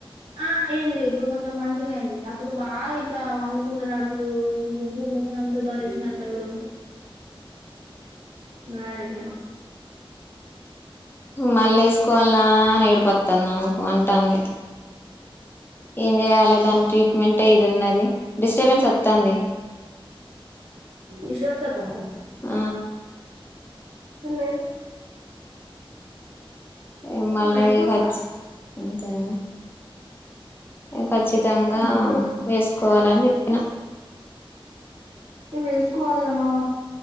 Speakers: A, on the right (about 85°); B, on the left (about 20°).
A: ఆ అయింది ఇప్పుడు కొంచెం మంచిగా అయింది అప్పుడు బాగా ఇట్లా వంగకుంట నడుచడు ఉబ్బు ముఖం అంతో బారసినట్టటుడు. నాడి
B: మళ్ళీ వేసుకోవాలా వస్తుందికు అంటుంది ఏం చేయలో దానికి ట్రీట్మెంటే ఇది ఉన్నది డిస్టర్బెన్స్ వస్తుంది.
A: ఇష్ట వన్ సత అం
B: ఆ
A: హలో
B: ఏ మళ్ళగ
A: బయటకు వచ్చిన
B: ఖర్చు అంతేనా ఇ ఖచ్చితంగా
A: బయటకు వచ్చిన
B: వేసుకోవాలని చెప్పిన
A: ఇవి వేసుకోవాలి కదా మనం